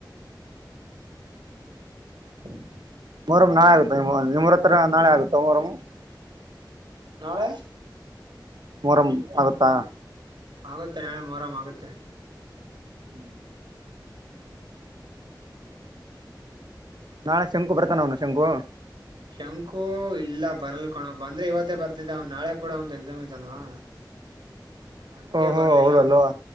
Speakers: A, on the right; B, on the right.
A: <inaudible>
B: ಮೊರಂ ನಾಳೆ ಆಗುತ್ತೆ ನಿಮೂರ ಹತ್ರ ನಾಳೆ ಆಗುತ್ತೆ ಮರಮ
A: ನಾಳೆ
B: ಮೊರಂ ಆಗತ್ತಾ
A: ಆಗುತ್ತೆ ನಾಳೆ ಮೋರಾಮ್ ಆಗುತ್ತೆ
B: ಹ್ಮ್
A: ಹ್ಮ್
B: ನಾಳೆ ಶಂಕು ಬರ್ತಾನ ಅವನು ಶಂಕು
A: ಶಂಕು ಇಲ್ಲ ಬರಲ್ಕಣ ಬಂದ್ರೆ ಇವತ್ತೇ ಬರ್ತಿದ್ದ ಅವನ್ ನಾಳೆ ಕೂಡ ಒಂದ್ ಎಕ್ಸಾಮ್ ಇದೆಲ್ವಾ ಅದಕ್ಕೆೇ
B: ಓಹೋ
A: ಬರ್ಲಿಲ್ಲ
B: ಹೌದಲ್ವಾ
A: ಅವನು